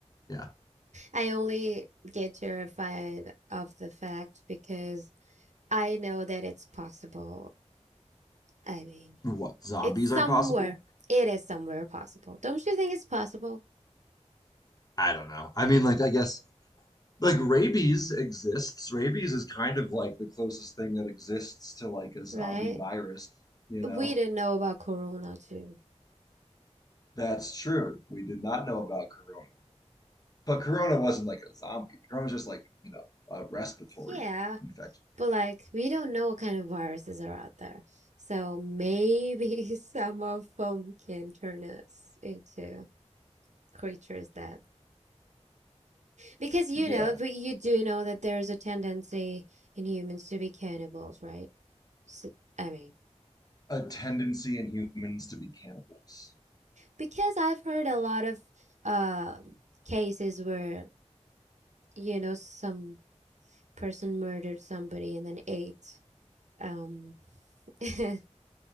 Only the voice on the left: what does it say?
Yeah.
What, zombies
are possible?
I don't know. I mean, like, I guess, like, rabies exists. Rabies is kind of like the closest thing that exists to, like, a zombie
virus, you know?
That's true. We did not know about corona. But corona wasn't like a zombie. Corona was just like, you know, a respiratory
infection.
Yeah.
A tendency in humans to be cannibals.